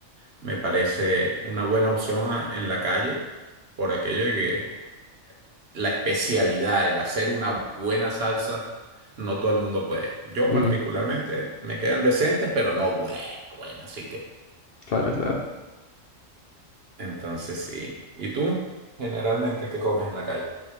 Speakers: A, on the right; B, on the left.
A: me parece una buena opción a- en la calle por aquello de que la especialidad, el hacer una buena salsa, no todo el mundo puede. Yo
B: mm,
A: particularmente me quedan decentes, pero no buena, buena, así que.
B: claro, claro.
A: Entonces sí. ¿Y tú? Generalmente, ¿qué comes en la calle?